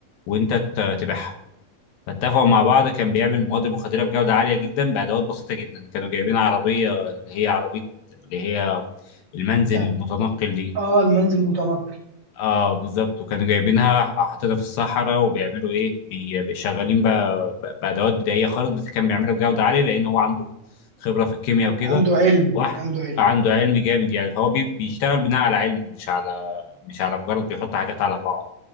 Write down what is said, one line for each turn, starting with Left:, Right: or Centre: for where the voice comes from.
Left: وأنت ت- تبيعها فاتفقوا مع بعض كان بيعمل المواد المخدرة بجودة عالية جدا بأدوات بسيطة جدا كانوا جايبين عربية اللي هي عربية اللي هي المنزل
Right: انت
Left: المتنقل دي
Right: اه المنزل متنقل
Left: اه بالظبط وكانوا جايبينها حاطينها في الصحراء وبيعملوا ايه بي- بي- شغالين بقى ب- بادوات بدائيه خالص بس كان بيعملها بجوده عاليه لان هو عنده خبره في الكيمياء وكده
Right: عنده علم
Left: واحد
Right: عنده علم
Left: عنده علم جامد يعني فهو بي- بيشتغل بناء على علم مش على مش على مجرد بيحط حاجات على بعض